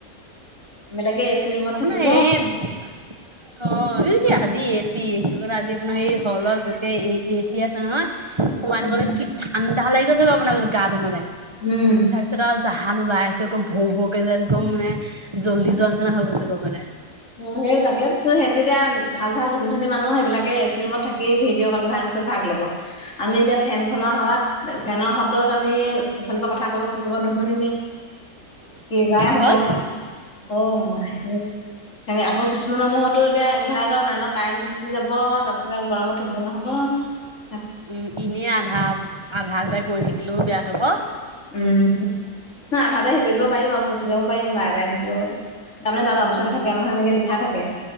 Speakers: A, on the left (about 50°); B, on the right (about 20°).
A: বেলেগে চি ৰুমত থাকিব
B: আপোনাৰ হে অ কি আজি এইটো কাৰণে আজি আপোনাৰ সেই হলৰ গোটেই এই এ চি আছে নহয় সোমাই
A: উম
B: থাকলে কি ঠান ভাল লাগি গৈছে আপোনাৰ গাতো মানে।
A: উম।
B: তাৰপিছত আৰু জাহান ওলাই আহিছে একদম ভৌ ভৌকে যে একদম মানে জলি জোৱা নিচিনা হৈ গৈছে মানে।
A: অ সেই তাকে পিছে হিহতি এতিয়া ভাল ভাল ধনী ধনী মানুহ, সেইবিলাকে এ চি ৰুমত থাকি ভিডিঅ' কনফাৰেন্ঞ্চ তাৰপিত ভাগ ল'ব। আমি এতিয়া ফেন খনৰ হাৱাত ফেনৰ শব্দত আমি ইফালৰ পৰা কথা ক'ব, কি ক'ব নুশুনিমেই। কিযাই হব
B: হয়
A: অ ম <inaudible> সেনে আকৌ কিছুমান মানুহৰো এতিয়া ইনভাৰ্টাৰ নাই ন। কাৰেণ্ট গুচি যাব তাৰপিছত আকৌ গৰমত থাকিব নোৱাৰা হব।
B: উম, এনেই আধা আধা এটা কৰি থাকিলেও বেয়া হ'ব।
A: উম না আধাতে হেৰি কৰি দিব পাৰিম আৰু গুচি যাব পাৰিম বাৰে বাৰে দি দিব পাৰিম। তাৰমানে তাত অপচন
B: উম
A: থাকে নহয়। এনেকে লিখা থাকে